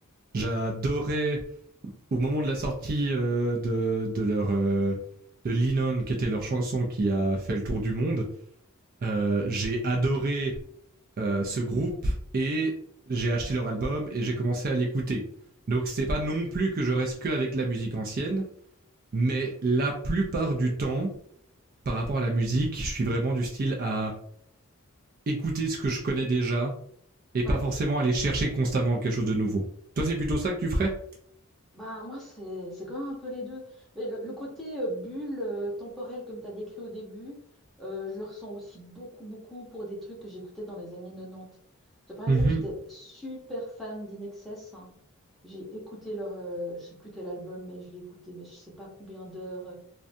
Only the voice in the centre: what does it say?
Ouais.
Bah moi c'est c'est quand même un peu les deux. Mais le, le côté euh, bulle euh, temporelle comme tu as décrit au début, euh, je le ressens aussi beaucoup beaucoup pour des trucs que j'écoutais dans les années 90. Tu vois, Par
exemple, j'étais super fan d'In hein. J'ai écouté leur, euh, je sais plus quel album, mais je l'ai écouté, mais je sais pas combien d'heures.